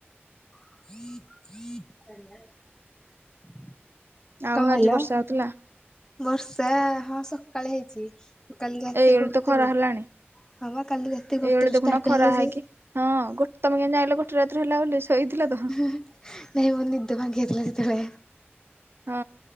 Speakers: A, on the left (about 15°); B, on the right (about 60°).
A: <inaudible>
B: ଆଉ
A: କଣ କହିଲ
B: ଆଜି ବର୍ଷା ହଉଥିଲା
A: ବର୍ଷା ହଁ ସକାଳେ ହେଇଛି। କାଲି ରାତି
B: ଏଇ ଓଳି
A: ଗୋଟେରୁ।
B: ତ ଖରା ହେଲାଣି।
A: ହଁ ବା କାଲି ଗୋଟେରୁ
B: ଏଇଓଳି ଦେଖୁନ
A: ଷ୍ଟାର୍ଟ
B: ଖରା
A: ହେଲେ
B: ହେଇକି
A: ଯେ
B: ହଁ ଗୋ ତମେ କେମିତି ଜାଇଁଲ ଗୋଟେ ରାତିରେ ହେଲା ବୋଲି ଶୋଇଥିଲ ତ? ହଁ
A: ନାଇଁ ମୋ ନିଦ ଭାଙ୍ଗିଯାଇଥିଲା ସେତେବେଳେ।
B: ହୁଁ